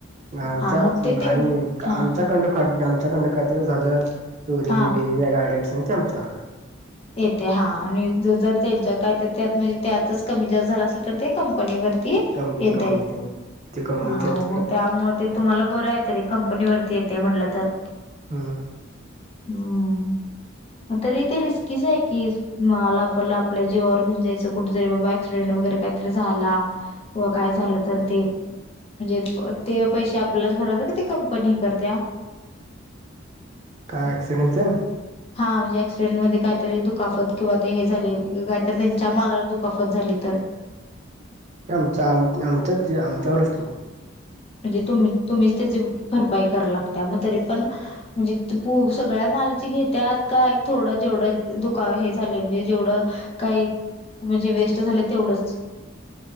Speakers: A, on the right; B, on the left.
A: आमच्या
B: हा मग ते ते
A: आणि
B: हा
A: आमच्याकड आमच्याकडन काय तरी झालं चोरी
B: हा
A: बिरी या गाड्या आमच्या <unintelligible>
B: येते हा आणि जर त्यांच्या काय तर त्यात म्हणजे त्यातच कमी जास्त झालं असेल, तर ते क कंपनी वरती
A: कंपनी
B: येतयं.
A: कंपनी ते ते कंपनीच
B: हा
A: तिकडं
B: मग त्यामुळ ते तुम्हाला बरं आहे, तरी कंपनी वरती येते म्हटलं तर.
A: हम.
B: हम आता रीती रिस्क किस आहे कीस मला आपला आपल्या जीवावर घेऊन जायचं, कुठे तरी बाबा ऍक्सिडेंट वगैरे काहीतरी झाला? किंवा काय झालं तर ते म्हणजे तेव पैसे आपल्याच भराव लागतयं का ते कंपनी हे करत्या?
A: काय एक्सिडन तेन
B: हा म्हणजे ऍक्सिडेंट मध्ये काहीतरी दुखापत किंवा ते हे झाले, काहीतरी त्यांच्या मालावर दुखापत झाली तर?
A: आमच आ आमचच आमच्यावरच की.
B: म्हणजे तुम्हीच तुम्हीचं त्याची भरपाई कराय लागत्या, मग तरी पण म्हणजे सगळ्या मालची घेत्यात का थोडं जेवढं दुकाव हे झाले म्हणजे जेवढं काही म्हणजे वेस्ट झालयं तेवढंच.